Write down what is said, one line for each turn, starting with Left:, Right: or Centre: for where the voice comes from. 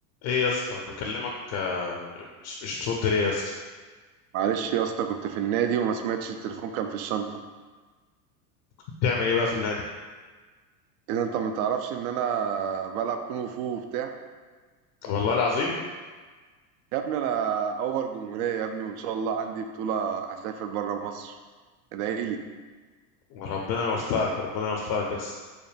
Left: ايه يا اسطى بكلمك آه، مش مش بترد ليه يا اسطى
Right: معلش يا اسطى كنت في النادي وما سمعتش التليفون كان في الشنطة
Left: بتعمل ايه بقى في النادي
Right: اذا انت ما تعرفش ان انا بلعب كونغ فو وبتاع
Left: والله العظيم
Right: يا ابني انا اول جمهورية يا ابني وان شاء الله عندي بطولة هسافر بره مصر ادعي لي
Left: ربنا يوفقك ربنا يوفقك يا اسطى